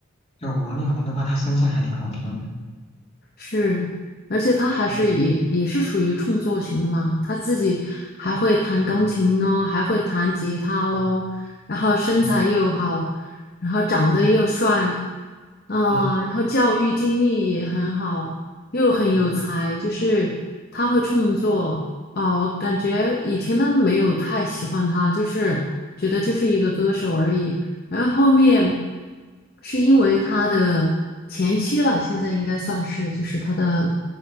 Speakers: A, on the left; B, on the left.
A: 就王力宏的话，他声线还挺好听的。
B: 是，而且他还是也也是属于创作型的嘛，
A: 嗯。
B: 他自己还会弹钢琴咯，
A: 嗯，
B: 还会弹吉他咯，
A: 嗯
B: 然后身材又好，
A: 嗯
B: 然后长得又帅，
A: 嗯
B: 啊，
A: 嗯
B: 然后教育经历也很好，又很有才，
A: 嗯，
B: 就是他会创作哦，我感觉以前都没有太喜欢他，就是觉得就是一个歌手而已。然后后面是因为他的前妻了，现在应该算是就是他的
A: 嗯，